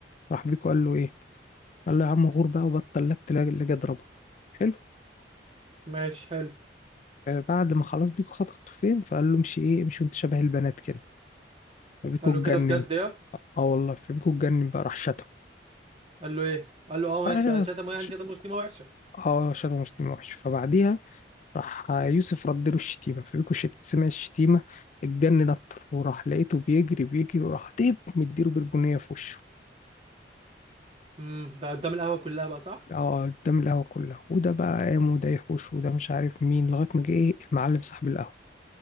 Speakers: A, on the left (about 40°); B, on the right (about 35°).
A: راح بيكو قال له ايه قال له يا عم غور بقى وبطل لك تلاقي اللي جه ضربك حلو
B: ماشي حلو
A: بعد ما خلاص بيكو خد خطوتين فقال له امشي ايه امشي وانت شبه البنات كده فبيكو
B: قال
A: اتجنن
B: له كده بجد يا
A: اه والله فبيكو اتجنن بقى راح شتم
B: قال له ايه قال له اه ماشي
A: اه
B: قال شتمه إيه؟ يعني
A: شتم
B: شتمه شتيمه وحشه
A: آه، شتم وحش فبعديها راح يوسف رد له الشتيمة فبيكو سمع الشتيمة اتجنن أكتر وراح لقيته بيجري بيجري وراح ديب مديله بالبنية في وشه
B: امم ده قدام القهوه كلها بقى صح
A: اه قدام القهوة كلها وده بقى قام وده يحوش وده مش عارف مين لغاية ما جه ايه المعلم صاحب القهوة